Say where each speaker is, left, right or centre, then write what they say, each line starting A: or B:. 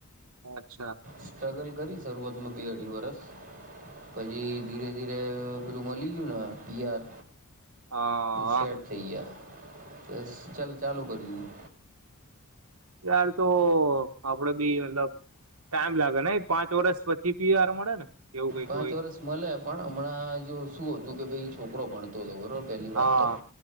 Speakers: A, on the right; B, on the right.
A: અચ્છા
B: સ્ટ્રગલ કરી શરૂઆતમાં બે અઢી વરસ પછી ધીરે ધીરે પેલું મળી ગયું ને પીઆર
A: હા
B: સેટ થઈ ગયા એ ચાલ ચાલુ કરી દ દ
A: યાર તો આપડે બી મતલબ ટાઈમ લાગે ને પાંચ વરષ પછી બીયાર મળે ને એવું કઈક
B: પાંચ
A: હોય
B: વરષ મળે પણ હમણાં જો શું હતું કે ભાઈ ઉપકરો પણતો હતોો બરો પહેલી વાત
A: હા
B: તો